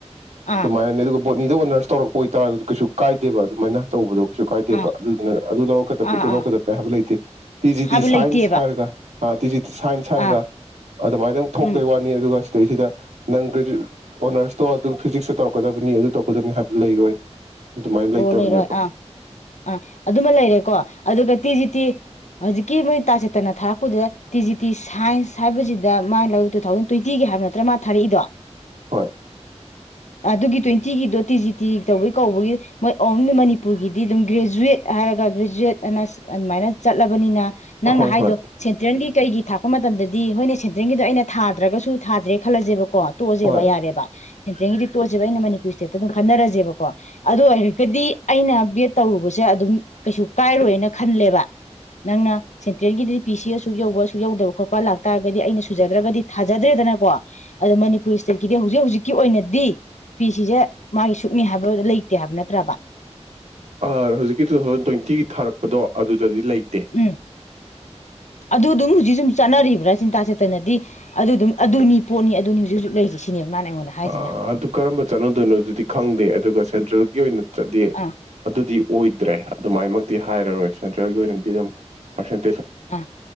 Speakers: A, on the left; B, on the right.
A: ꯑꯥ
B: ꯑꯗꯨꯃꯥꯌꯅꯦ ꯑꯗꯨ ꯕꯣꯠꯅꯤꯗ ꯑꯣꯅꯔꯁ ꯇꯧꯔꯛꯄ ꯑꯣꯏꯇꯥꯔꯁꯨ ꯀꯩꯁꯨ ꯀꯥꯏꯗꯦꯕ ꯑꯗꯨꯃꯥꯏꯅ ꯇꯧꯕꯗꯣ ꯀꯩꯁꯨ ꯀꯥꯏꯗꯦꯕ
A: ꯑꯥ
B: ꯑꯗꯨꯗꯨꯅ ꯑꯗꯨ ꯂꯧꯔꯛꯀꯗꯕꯅꯤ
A: ꯑꯥ
B: ꯑꯗꯨ ꯂꯧꯔꯛꯀꯗꯕꯅꯤ
A: ꯑꯥ
B: ꯍꯥꯏꯕ ꯂꯩꯇꯦ ꯇꯤ ꯖꯤ
A: ꯍꯥꯏꯕ
B: ꯇꯤ ꯁꯥꯏꯟꯁ
A: ꯂꯩꯇꯦꯕ
B: ꯍꯥꯏꯔꯒ ꯑ ꯇꯤ ꯖꯤ ꯁꯥꯏꯟꯁ ꯍꯥꯏꯔꯒ
A: ꯑꯥ
B: ꯑꯗꯨꯃꯥꯏꯇꯪ ꯊꯣꯛꯇꯩꯋꯥꯅꯤ
A: ꯎꯝ
B: ꯑꯗꯨꯒ ꯁꯤꯗꯩꯁꯤꯗ ꯅꯪ ꯒ꯭ꯔꯦꯖ ꯑꯣꯅꯔꯁꯇꯣ ꯑꯗꯨ ꯐꯤꯖꯤꯛꯁꯇ ꯇꯧꯔꯛꯀꯗꯕꯅꯤ ꯑꯗꯨ ꯇꯧꯔꯛꯀꯗꯕꯅꯤ ꯍꯥꯏꯕ ꯂꯩꯔꯣꯏ ꯑꯗꯨꯃꯥꯏꯅ ꯂꯩꯇꯕꯅꯦꯕ
A: ꯕꯣꯔ ꯂꯩꯔꯣꯏ ꯑꯥ ꯑꯥ ꯑꯗꯨꯃ ꯂꯩꯔꯦꯀꯣ ꯑꯗꯨꯒ ꯇꯤ ꯖꯤ ꯇꯤ ꯍꯧꯖꯤꯛꯀꯤ ꯃꯣꯏ ꯇꯥ ꯆꯦꯇꯟ ꯅ ꯊꯥꯔꯛꯄꯗꯨꯗ ꯇꯤ ꯖꯤ ꯇꯤ ꯁꯥꯏꯟꯁ ꯍꯥꯏꯕꯁꯤꯗ ꯃꯅꯥ ꯂꯧꯔꯤꯗꯣ ꯇꯨ ꯊꯥꯎꯖꯟ ꯇ꯭ꯋꯦꯟꯇꯤꯒꯤ ꯍꯥꯏꯕ ꯅꯠꯇ꯭ꯔꯥ ꯃꯥ ꯊꯥꯔꯛꯏꯗꯣ
B: ꯍꯣꯏ
A: ꯑꯗꯨꯒꯤ ꯇ꯭ꯋꯦꯟꯇꯤꯒꯤꯗꯣ ꯇꯤ ꯖꯤ ꯇꯤ ꯇꯧꯕꯩ ꯀꯧꯕꯩ ꯃꯣꯏ ꯑꯣꯡꯂꯤ ꯃꯅꯤꯄꯨꯔꯒꯤꯗꯤ ꯑꯗꯨꯝ ꯒ꯭ꯔꯦꯖꯨꯋꯦꯠ ꯍꯥꯏꯔꯒꯥ ꯒꯔ꯭ꯦꯖꯨꯋꯦꯠ ꯑꯅꯥ ꯑꯗꯨꯃꯥꯏꯅ ꯆꯠꯂꯕꯅꯤꯅ ꯅꯪꯅ
B: ꯍꯣꯏ
A: ꯍꯥꯏꯗꯣ
B: ꯍꯣꯏ
A: ꯁꯦꯟꯇ꯭ꯔꯦꯜꯒꯤ ꯀꯩꯒꯤ ꯊꯥꯛꯄ ꯃꯇꯝꯗꯗꯤ ꯍꯣꯏꯅꯦ ꯁꯦꯟꯠꯔꯦꯜꯒꯤꯗꯤ ꯑꯩꯅ ꯊꯥꯗ꯭ꯔꯒꯁꯨ ꯊꯥꯗ꯭ꯔꯦ ꯈꯟꯂꯥꯁꯦꯕꯥ ꯀꯣ ꯇꯣꯛ ꯑꯁꯦꯕꯥ
B: ꯍꯣꯏ
A: ꯌꯔꯦꯕꯥ ꯁꯦꯟꯇ꯭ꯔꯦꯜꯒꯤꯗꯤ ꯇꯣꯀꯑꯁꯦꯕ ꯑꯩꯅ ꯃꯅꯤꯄꯨꯔ ꯏꯁꯇꯦꯠꯇ ꯑꯗꯨꯝ ꯈꯟꯅꯔꯁꯦꯕꯀꯣ ꯑꯗꯨ ꯑꯣꯏ ꯀꯗꯤ ꯑꯩꯅ ꯕꯦꯠ ꯇꯧꯔꯨꯕꯁꯦ ꯑꯗꯨꯝ ꯀꯩꯁꯨ ꯀꯥꯏꯔꯣꯏꯅ ꯈꯜꯂꯦꯕ ꯅꯪꯅ ꯁꯦꯟꯠꯔꯦꯜꯒꯤꯗꯤ ꯄꯤ ꯁꯤ ꯑꯁꯨ ꯌꯧꯕ ꯑꯁꯨ ꯌꯧꯗꯕ ꯈꯣꯠꯄ ꯂꯥꯛꯇꯥꯥꯔꯒꯗꯤ ꯑꯩꯅ ꯁꯨꯖꯗ꯭ꯔꯒꯗꯤꯥ ꯊꯥ ꯖꯗ꯭ꯔꯦꯗꯅꯀꯣ ꯑꯗꯨ ꯃꯅꯤꯄꯨꯔ ꯏꯁ ꯆꯠꯈꯤꯗꯦ ꯍꯧꯖꯤꯛ ꯍꯧꯖꯤꯛꯀꯤ ꯑꯣꯏꯅꯗꯤ ꯄꯤ ꯁꯤ ꯁꯦ ꯃꯥꯒꯤ ꯁꯨꯛꯅꯤ ꯍꯥꯏꯕ ꯂꯩꯇꯦ ꯍꯥꯏꯕ ꯅꯠꯇ ꯇ꯭ꯔꯕ
B: ꯑ ꯍꯧꯖꯤꯛꯀꯤ ꯇꯨ ꯊꯥꯎꯖꯟ ꯇꯋꯦꯟ ꯇꯤꯒꯤ ꯊꯥꯔꯛꯄꯗꯣ ꯑꯗꯨ ꯗꯗꯤ ꯂꯩꯇꯦ
A: ꯎꯝ ꯑꯗꯨ ꯗꯨꯝ ꯍꯧꯖꯤꯛ ꯁꯨꯝ ꯆꯠꯅꯔꯤꯕ꯭ꯔꯥ ꯆꯤꯅꯤ ꯇꯥ ꯆꯦꯇꯟꯅꯗꯤ ꯑꯗꯨ ꯑꯗꯨꯝ ꯑꯗꯨꯅꯤ ꯄꯣꯠꯅꯤ ꯑꯗꯨꯅꯤ ꯍꯧꯖꯤꯛ ꯍꯧꯖꯤꯛ ꯂꯩꯔꯤ ꯁꯤꯅꯦꯕ ꯃꯥꯅ ꯑꯩꯉꯣꯟꯗ ꯍꯥꯏꯁꯤꯅ
B: ꯑꯥ ꯑꯥ ꯑꯗꯨ ꯀꯔꯝꯕ ꯆꯠꯅꯗꯣꯏꯅꯣ ꯑꯗꯨꯗꯤ ꯈꯪꯗꯦ ꯑꯗꯨꯒ ꯁꯦꯟꯇ꯭ꯔꯦꯜꯒꯤ ꯑꯣꯏꯅ ꯆꯗꯦ
A: ꯑꯥ
B: ꯑꯗꯨꯗꯤ ꯑꯣꯏꯗ꯭ꯔꯦ ꯑꯗꯨꯃꯥꯏꯃꯛꯇꯤ ꯍꯥꯏꯔꯔꯣꯏ ꯁꯦꯟꯇ꯭ꯔꯦꯜꯒꯤ ꯑꯣꯏꯅꯗꯤ ꯑꯗꯨꯝ ꯄꯔꯁꯦꯟ
A: ꯑꯥ